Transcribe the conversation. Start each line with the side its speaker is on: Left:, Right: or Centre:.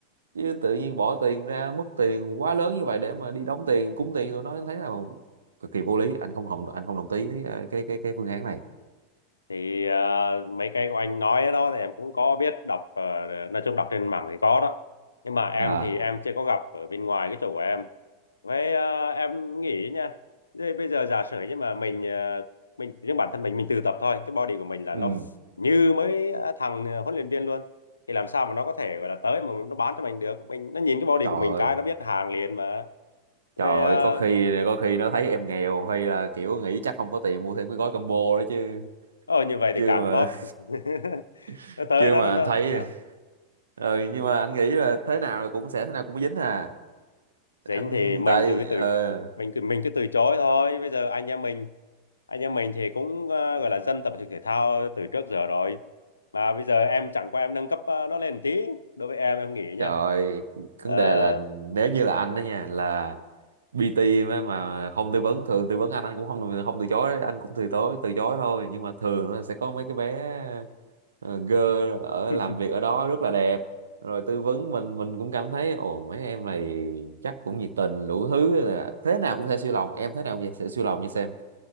Right: chứ tự nhiên bỏ tiền ra mất tiền quá lớn như vậy để mà đi đóng tiền cúng tiền tụi nó anh thấy là cực kỳ vô lý anh không hồng anh không đồng ý với, ờ, cái cái cái phương án này
Left: thì ờ, mấy cái của anh nói đó thì em cũng có biết đọc ờ, nói chung đọc trên mạng thì có đó nhưng mà em
Right: à
Left: thì em chưa có gặp ở bên ngoài cái chỗ của em Vậy ờ, em nghĩ nha. Thế bây giờ giả sử nhưng mà mình ờ, mình nhưng bản thân mình mình tự tập thôi, cái body của mình là
Right: ừ
Left: nó như mấy ờ, thằng ờ, huấn luyện viên luôn. Thì làm sao mà nó có thể gọi là tới mà nó bán cho mình được. Mình nó nhìn cái body
Right: trời
Left: của mình cái
Right: ơi
Left: nó biết hàng liền mà.
Right: trời
Left: Vậy ờ
Right: ơi có khi có khi nó thấy em nghèo hay là kiểu nghĩ chắc không có tiền mua thêm cái gói combo đó chứ
Left: ờ, như vậy
Right: chưa
Left: thì càng
Right: mà
Left: tốt. <laughs>
Right: <laughs>
Left: Nó tới
Right: chưa
Left: nó
Right: mà
Left: nó, nó.
Right: anh thấy
Left: ờ.
Right: rồi nhưng mà anh nghĩ là thế nào là cũng sẽ thế nào cũng dính à
Left: dính
Right: anh
Left: thì mình
Right: tại
Left: từ cái
Right: ờ,
Left: từ mình cứ mình cứ từ chối thôi bây giờ anh em mình anh em mình thì cũng ờ, gọi là dân tập thể dục thể thao từ trước giờ rồi mà bây giờ em chẳng qua em nâng cấp ờ, nó lên một tí đối với em em nghĩ nha
Right: trời
Left: Ờ,
Right: vấn đề là nếu như là anh đó nha là PT mà mà không tư vấn thường tư vấn anh anh cũng không không từ chối đấy, anh cũng từ chối từ chối thôi nhưng mà thường nó sẽ có mấy cái bé ờ, girl ở
Left: <laughs>
Right: làm việc ở đó rất là đẹp rồi tư vấn mình mình cũng cảm thấy ồ mấy em này chắc cũng nhiệt tình đủ thứ là thế nào cũng sẽ siêu lòng em thế nào cũng sẽ siêu lòng như xem